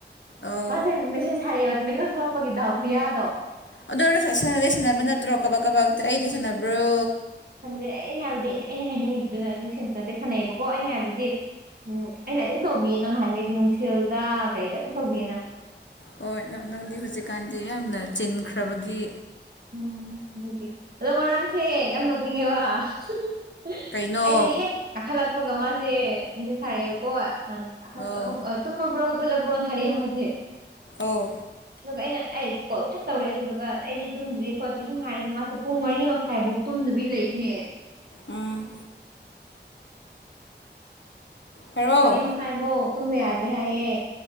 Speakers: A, on the left (about 85°); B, on the right (about 55°).
A: ꯑꯧ
B: ꯃꯥꯖꯦ ꯃꯦꯁꯦꯁ ꯊꯥꯔꯛꯑꯦꯕ ꯃꯤꯀꯞ ꯊꯣꯛꯂꯛꯄꯒꯤ ꯗꯥꯎ ꯈꯨꯌꯥꯗꯣ
A: ꯑꯗꯨꯑꯣꯏꯔꯁꯨ ꯁꯥꯟꯅꯗꯤ ꯁꯥꯟꯅꯕ ꯅꯠꯇ꯭ꯔꯣ ꯀꯕꯛ ꯀꯕꯛ ꯑꯩꯗꯤ ꯁꯥꯟꯅꯕ꯭ꯔꯣ
B: ꯁꯥꯟꯅꯗꯦ ꯑꯩ ꯍꯥꯏꯕꯗꯤ ꯑꯩꯅ ꯍꯥꯏꯅꯤꯡꯉꯤꯕꯗꯨꯅ ꯑꯗꯨ ꯁꯦꯟꯇꯣ ꯅꯠꯇꯦ ꯁꯥꯟꯅꯩꯌꯦꯕꯀꯣ ꯑꯩꯅ ꯍꯥꯏꯕꯗꯤ ꯎꯝ ꯑꯩꯅ ꯑꯗꯨꯝ ꯇꯧꯕꯤꯌꯦ ꯅꯍꯥꯟꯒꯩꯗꯤ ꯅꯨꯡꯊꯤꯜꯗ ꯀꯩꯗ ꯑꯗꯨꯝ ꯇꯧꯕꯤꯌꯦꯅ
A: ꯍꯣꯏ ꯅꯪ ꯅꯪꯗꯤ ꯍꯧꯖꯤꯛꯀꯥꯟꯗꯤ ꯌꯥꯝꯅ ꯆꯤꯟꯈ꯭ꯔꯕꯒꯤ
B: ꯎꯝ ꯑꯗꯨꯒꯤ ꯑꯗꯣ ꯉꯔꯥꯡꯁꯦ ꯌꯥꯝ ꯅꯣꯛꯅꯤꯡꯉꯦꯕ ꯍꯨꯡ ꯍꯨꯡ
A: ꯀꯩꯅꯣ
B: ꯑꯩꯅ ꯍꯦꯛ ꯀꯥꯈꯠꯂꯛꯄꯒ ꯃꯥꯁꯦ ꯃꯤꯁꯦꯁ ꯊꯥꯔꯛꯑꯦ ꯍꯣꯏ ꯑ ꯍꯠ
A: ꯑꯧ
B: ꯍꯧꯒ ꯇꯨꯝꯂꯕ꯭ꯔꯣ ꯍꯧꯒꯠꯂꯕ꯭ꯔꯣ ꯊꯥꯔꯛꯑꯦꯕ ꯃꯥꯁꯦ
A: ꯑꯧ
B: ꯑꯗꯨꯒ ꯑꯩꯅ ꯑꯩ ꯀꯣꯜ ꯁꯠ ꯇꯧꯔꯦ ꯑꯗꯨꯗꯨꯒ ꯑꯩꯗꯤ ꯇꯨꯝꯗ꯭ꯔꯤ ꯈꯣꯠꯇ꯭ꯔꯤ ꯁꯨꯝ ꯍꯥꯏ ꯃꯥꯁꯦ ꯄꯨꯡ ꯃꯔꯤ ꯃꯈꯥꯏꯕꯨꯛ ꯇꯨꯝꯗꯕꯤ ꯂꯩꯕꯅꯦ
A: ꯎꯝ ꯍꯥꯏꯔꯛꯑꯣ
B: ꯃꯔꯤ ꯃꯈꯥꯏꯕꯧ ꯇꯨꯝꯕ ꯌꯥꯗ꯭ꯔꯦ ꯍꯥꯏꯌꯦ